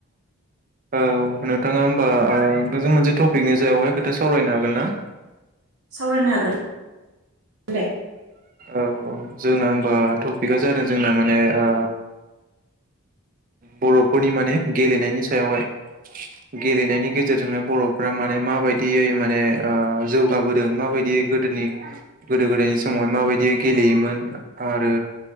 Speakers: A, on the right; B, on the right.
A: औ नोंथाङा होमबा ओ जों मोनसे टपिकनि जेरायावहाय खोथा सावरायनो हागोन ना
B: सावरायनो हागोन दे
A: औ औ जोंना होमबा टपिकआ जादों जोंना माने ओ बर' फोरनि माने गेलेनायनि सायावहाय गेलेनायनि गेजेरजोंनो बर'फोरा माने माबायदियै माने जौ जौगाबोदों माबायदि गोदोनि गोदो गोदायनि समावहाय माबायदि गेलेयोमोन आरो